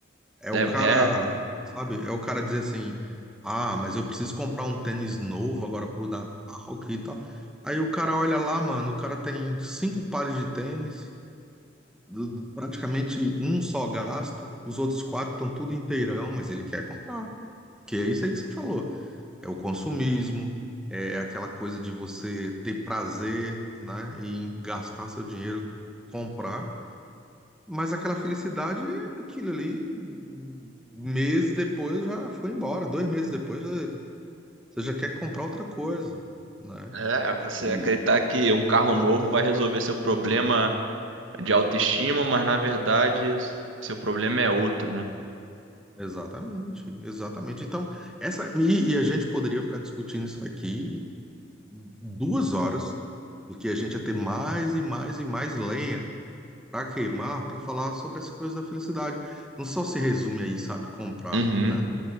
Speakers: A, in the centre; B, on the right.
A: É
B: né?
A: o cara,
B: É,
A: sabe? É o cara dizer assim: ah, mas eu preciso comprar um tênis novo agora pro Natal, que tal. Aí o cara olha lá, mano, o cara tem cinco pares de tênis, do- praticamente um só gasto, os outros quatro estão tudo inteirão, mas ele quer comprar. Que é isso aí que você falou. É o consumismo, é aquela coisa de você ter prazer, né, em gastar seu dinheiro, comprar. Mas aquela felicidade, é aquilo ali, um mês depois já foi embora, dois meses depois eh, você já quer comprar outra coisa, né?
B: é, você
A: E
B: acreditar que um carro novo vai resolver seu problema de autoestima, mas na verdade seu problema é outro, né?
A: exatamente, exatamente. Então, essa e, e a gente poderia ficar discutindo isso aqui duas horas, porque a gente ia ter mais e mais e mais lenha para queimar para falar sobre essas coisas da felicidade. Não só se resume aí, sabe, comprar,
B: Uhum.
A: né?